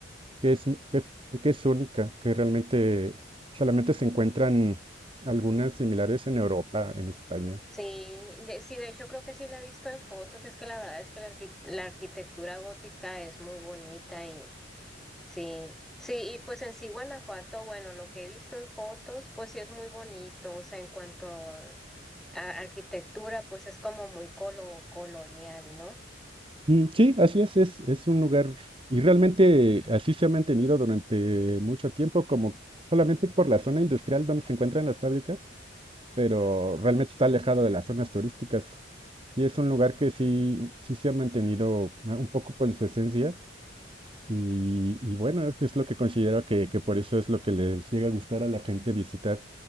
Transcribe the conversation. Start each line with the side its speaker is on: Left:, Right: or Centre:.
Right: que es, que es, que es única, que realmente solamente se encuentran algunas similares en Europa, en España.
Centre: Sí, de, sí, de hecho creo que sí la he visto en fotos, es que la verdad es que la, arqui- la arquitectura gótica es muy bonita y sí, sí, y pues en sí Guanajuato, bueno, lo que he visto en fotos, pues sí es muy bonito, o sea, en cuanto a arquitectura, pues es como muy colo colonial, ¿no?
Right: Mm, Sí, así es, es, es un lugar y realmente así se ha mantenido durante mucho tiempo, como solamente por la zona industrial donde se encuentran las fábricas, pero realmente está alejado de las zonas turísticas. Y es un lugar que sí, sí se ha mantenido ah, un poco con su esencia y, y bueno, es lo que considero que, que por eso es lo que les llega a gustar a la gente visitar